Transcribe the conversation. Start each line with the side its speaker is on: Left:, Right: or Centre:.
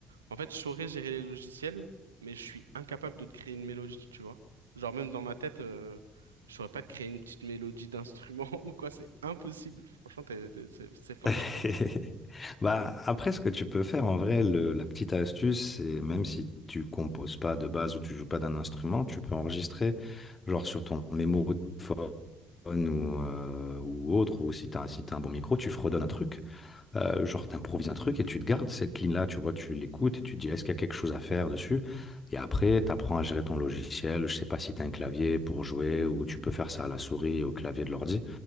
Right: En fait, je saurais gérer les logiciels, mais je suis incapable de te créer une mélodie, tu vois. Genre, même dans ma tête, euh, je saurais pas te créer une petite mélodie d'instrument <laughs> ou quoi, c'est impossible. Franchement, t'es- t'es- c'est c'est fort,
Left: <laughs>
Right: je trouve.
Left: Bah, après ce que tu peux faire en vrai, le la petite astuce, c'est même si tu composes pas de base ou tu joues pas d'un instrument, tu peux enregistrer genre sur ton mémo de téléphone ou, heu, ou autre ou si t'as si t'as un bon micro, tu fredonnes un truc Heu, genre, tu un truc et tu te gardes cette ligne-là, tu vois? Tu l'écoutes et tu te dis: «Est-ce qu'il y a quelque chose à faire dessus?» et après, t'apprends à gérer ton logiciel. Je sais pas si t'as un clavier pour jouer ou tu peux faire ça à la souris et au clavier de l'ordi